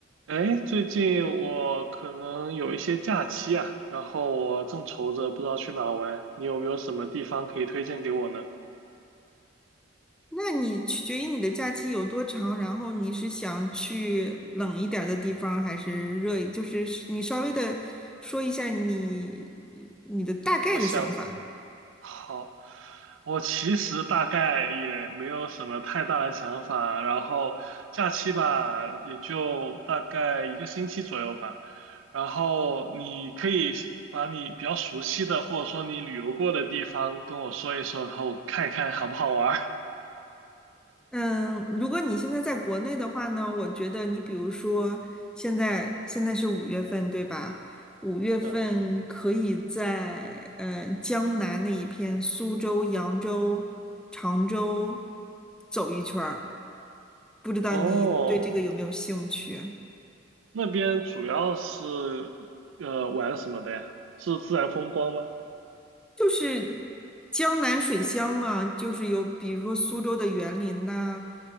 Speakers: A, on the right (about 80°); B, in the centre.
A: 哎，最近我可能有一些假期啊，然后我正愁着不知道去哪玩，你有没有什么地方可以推荐给我呢？
B: 那你取决于你的假期有多长，然后你是想去冷一点儿的地方，还是热一就是你稍微的说一下你你的大概的想法。
A: 我想，好，我其实大概也没有什么太大的想法，然后假期吧，也就大概一个星期左右吧。然后你可以把你比较熟悉的，或者说你旅游过的地方跟我说一说，然后我看一看好不好玩儿。
B: 嗯，如果你现在在国内的话呢，我觉得你比如说现在现在是五月份，对吧？五月份可以在呃江南那一片，
A: 嗯，
B: 苏州、扬州、常州走一圈儿，不知道你对这个有没有兴趣？
A: 哦。那边主要是呃玩什么的呀？是自然风光吗？
B: 就是江南水乡嘛，就是有比如说苏州的园林呐、